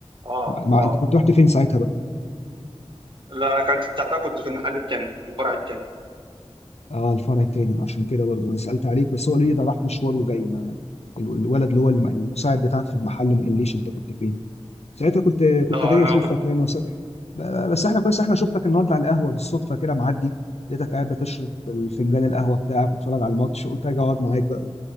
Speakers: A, on the right; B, on the left.
A: اه
B: مع... مع-
A: اه
B: انت كنت رحت فين ساعتها بقى
A: لا انا كان ساعتها كنت في المحل التاني الفرع التاني
B: اه الفرع التاني عشان كده برضه انا سالت عليك بس هو قال لي ده راح مشوار وجاي ما ال- الولد اللي هو الم- المساعد بتاعك في المحل ما قاليش انت كنت فين ساعتها كنت كنت
A: لا
B: جاي
A: انا
B: اشوفك
A: كنت
B: يعني وس... ب- بس احنا كويس احنا شفتك النهارده على قهوه بالصدفه كده معدي لقيتك قاعد بتشرب الفنجان القهوه بتاعك وتتفرج على الماتش قلت اجي اقعد معاك بقى